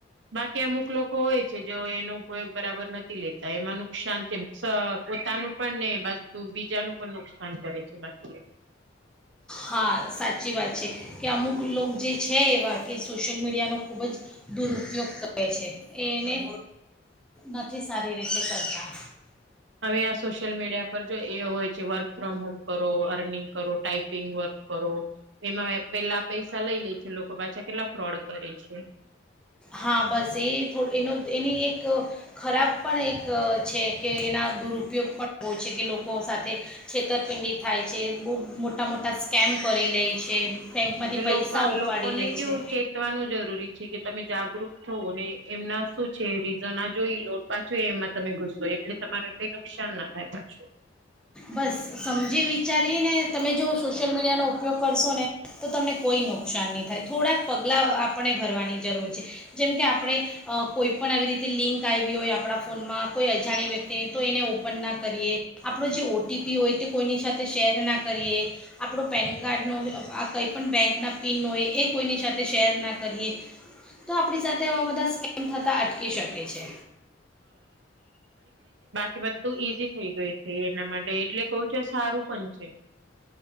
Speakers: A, on the right; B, in the centre.
A: બાકી અમુક લોકો હોય છે જેઓ એનો ઉપયોગ બરાબર નથી લેતા, એમાં નુકસાન કે સ પોતાનું પણ ને બાજુ બીજાનું પણ નુકસાન કરે છે બાકી.
B: હા સાચી વાત છે, કે અમુક લોક જે છે એવા કે સોશિયલ મીડિયાનો ખૂબ જ દુરુપયોગ કરે છે, એ એને નથી સારી રીતે કરતા.
A: હવે આ સોશિયલ મીડિયા પર જો એ હોય છે વર્ક ફ્રોમ હોમ કરો અ <unintelligible> કરો ટાઈપ પિંગ વર્ક કરો એમાં એ પેલા પૈસા લઈ લે છે લોકો પાછા કેટલા ફ્રોડ કરે છે.
B: હા બસ એ થોડું એનો એની એક ખરાબ પણ એક છે કે એના દુરુપયોગ પણ હોય છે કે લોકો સાથે છેતરપિંડી થાય છે. બહુ મોટા મોટા સ્કેમ કરી લેઈ. છે. બેંકમાંથી
A: એ
B: પૈસા
A: લોકા
B: ઉપાડી
A: લોકોને
B: લે
A: કેવું
B: છે
A: ચેતવાનું જરૂરી છે કે તમે જાગૃત <unintelligible> એમના શું છે રીઝન આ જોઈ લો પાછું એમાં તમે ઘુસો એટલે તમારે કાઈ નુકસાન ના થાય પાછું.
B: બસ સમજી વિચારી ને તમે જો સોશિયલ મીડિયાનો ઉપયોગ કરશો ને તો તમને કોઈ નુકસાન નહી થાય. થોડાક પગલા આપણે ભરવાની જરૂર છે, જેમ કે આપણે અહ કોઈ પણ આવી રીતે લિંક આવી હોય આપણા ફોનમાં કોઈ અજાણી વ્યક્તિની તો એને ઓપન ના કરીએ. આપણો જે ઓ ટી પી હોય તે કોઈની સાથે શેર ના કરીએ, આપણું પેન કાર્ડનું આ કંઈપણ બેંકના પિન હોય એ કોઈની સાથે શેર ના કરીએ, તો આપણી સાથે આવા બધા સ્કેમ થતાં અટકી શકે છે.
A: ઈ બધું ઈઝી થઈ ગઈ છે એના માટે એટલે કઉ છો સારું પણ છે.